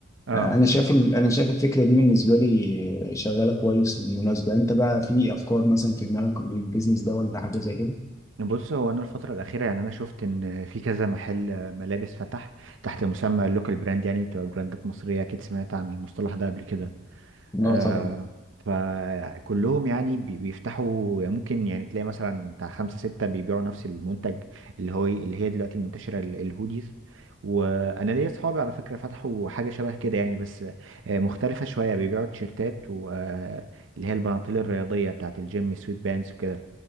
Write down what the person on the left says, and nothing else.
آه، انا شايف ال- انا شايف الفكره دي بالنسبه لي شغاله كويس بالمناسبه انت بقى في افكار مثلا في دماغك للبيزنس ده ولا حاجه زي كده؟
اه
طبعا